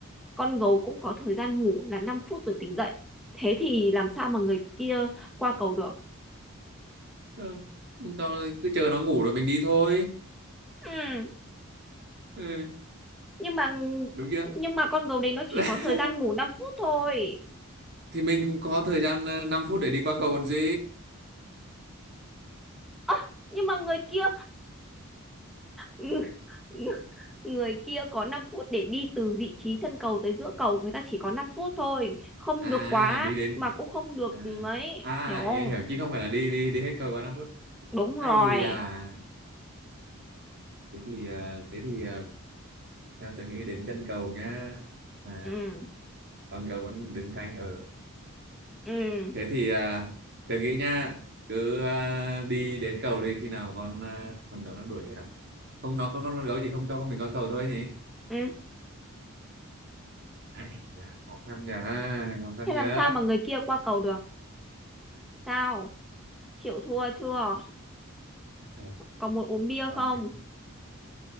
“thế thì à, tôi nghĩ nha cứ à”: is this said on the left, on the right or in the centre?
Right